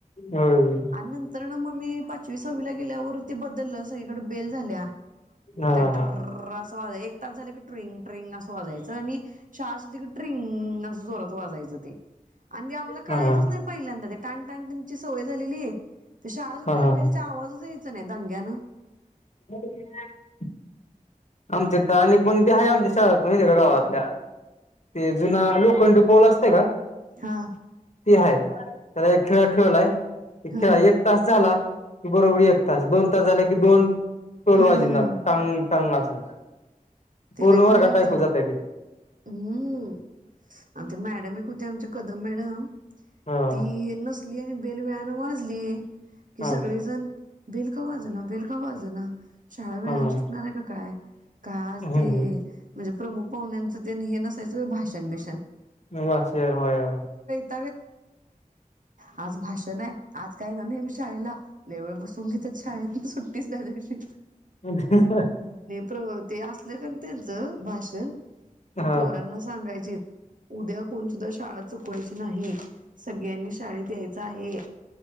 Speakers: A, on the left (about 55°); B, on the right (about 65°).
A: होय
B: आणि नंतर आणि मग मी पाचवी सहावी गेल्यावर ते बदललं सगळीकडे बेल झाल्या
A: हा
B: त्या टर्रररररर
A: हा
B: असं वाजा- एक तास झाले की ट्रिंग ट्रिंग असं वाजायचं आणि शाळा सुटली का ट्रिंगगगग.. असं चोरात वाजायचं ते आणि ते आम्हाला कळायचंच
A: हा
B: नाही पहिल्यांदा ते टाणटाणटाण त्यांची सवय झालेली आहे ते शाळा उठलेला
A: हा हा
B: बेलचा आवाजच यायचा नाही दंग्यानं
A: <unintelligible> आमच्या तर आणि पण ते आहे आमच्या शाळत माहिती आहे का गावातल्या ते जुना लोखंड पोल असतय का?
B: हां
A: ते आहे त्याला एक खिळा ठेवलाय खेळा
B: हा
A: एक तास झाला कि बरोबर एक तास दोन तास झाले कि दोन टोल
B: हा
A: वाजणार
B: हा
A: टांग टांग <unintelligible>
B: ते
A: पूर्ण
B: लई
A: वर्गात
B: भारी होत
A: ऐकू जातंय ते
B: हम्म आणि ते मॅडम एक होत्या आमच्या कद मॅडम
A: हां
B: ती नसली आणि बेलवेळाने वाजली कि
A: हां
B: सगळेजण बिल का वाजण बिल का वाजना शाळा वेळान
A: हां
B: सुटणार आहे का काय का आज
A: हं,
B: ते म्हणजे प्रमुख पाहुण्यांचं ते हे नसायचं भाषण भिषण
A: ब सर होय होय
B: य आज भाषण आहे आज काय ना नेहमी शाळेला लेवळ बसून घेत आ छाेत सुट्टीच त्यादिवशी
A: <unintelligible>
B: प्र ते असले का त्यांचं भाषण
A: हा
B: की पोरांना सांगायचे उद्या कोण सुद्धा शाळा चुकवायची नाही सगळ्यांनी शाळेत यायचं आहे